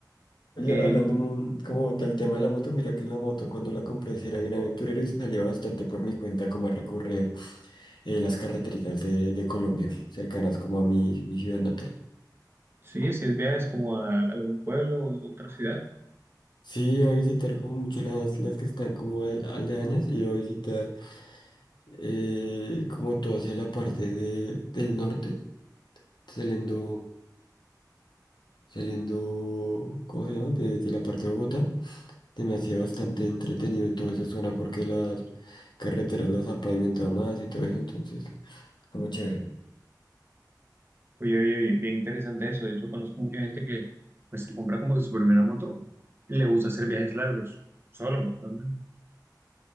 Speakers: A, on the left; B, on the right.
A: Oye,
B: Eh,
A: hablando mu- como del tema de la moto, mira que en la moto cuando la compré sí era bien aventurero y salía bastante por mi cuenta como a recorrer. eh, las carreteritas de, de Colombia, cercanas como a mi, mi ciudad natal.
B: Sí, si es viajes como a algún pueblo o otra ciudad.
A: Sí, iba a visitar como mucho las, las que están como al, aldeañas y iba a visitar eh, como todo hacia la parte de, del norte, saliendo, saliendo, ¿cómo se llama? De, de la parte de Bogotá. Se me hacía bastante entretenido toda esa zona porque las carreteras las han pavimentado más y todo eso, entonces, como chévere.
B: Oye, oye, oye, bien interesante eso. De hecho, conozco mucha gente que pues se compra como que su primera moto y le gusta hacer viajes largos, solo también.